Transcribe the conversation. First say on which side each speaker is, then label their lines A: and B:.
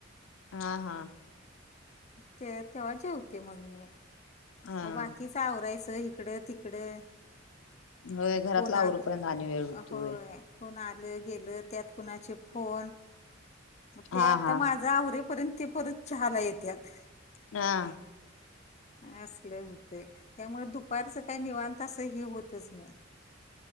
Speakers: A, on the left; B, on the left.
A: हा हा
B: ते तेव्हा जेवते मग मी
A: हा
B: मग बाकीच आवरायचं हिकडं तिकडं
A: होय घरातल
B: कोण
A: आवरुपर्यंत
B: आल
A: आणि वेळ हूतोय
B: होय कोण आलं गेलं त्यात कुणाचे फोन म
A: हा
B: ते आता
A: हा
B: माझ आवरेपर्यंत ते परत चहा ला येत्यात
A: हा
B: अस लय होतय त्यामुळ दुपारच काय निवांत असं हे होतच नाही